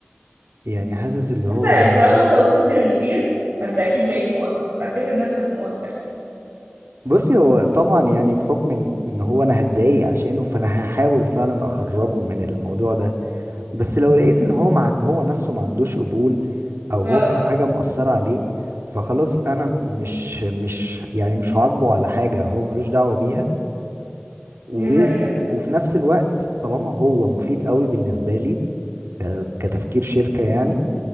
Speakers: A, on the right (about 75°); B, on the right (about 50°).
A: يعني حاسس اللي
B: بس
A: هو
B: طالما انت وصلت لمدير فانت اكيد بقيت مؤهل فاعتبر نفسك مؤهل
A: بصي هو طبعا يعني بحكم ان إن هو انا هتضايق عشانه فانا هحاول فعلا اخرجه من الموضوع ده بس لو لقيت ان هو مع هو نفسه ما عندوش قبول او
B: اه
A: هو في حاجة مأثرة عليه فخلاص انا مش مش يعني مش هعاقبه على حاجة هو ملوش دعوة بيها وفي
B: دي حقيقة
A: وفي نفس الوقت طالما هو مفيد قوي بالنسبة لي ك- كتفكير شركة يعني